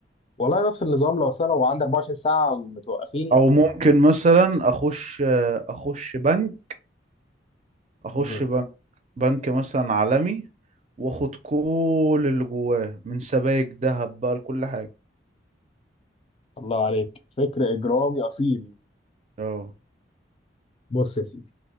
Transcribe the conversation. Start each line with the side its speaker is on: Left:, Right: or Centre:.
Left: والله نفس النظام لو أصل أنا لو عندي 24 ساعة متوقفين
Right: او ممكن مثلا اخش آه، اخش بنك اخش
Left: مه.
Right: بنك بنك مثلا عالمي واخد كل اللي جواه من سبائك ذهب بقى لكل حاجة
Left: الله عليك فكر إجرامي أصيل
Right: اه
Left: بص يا سيدي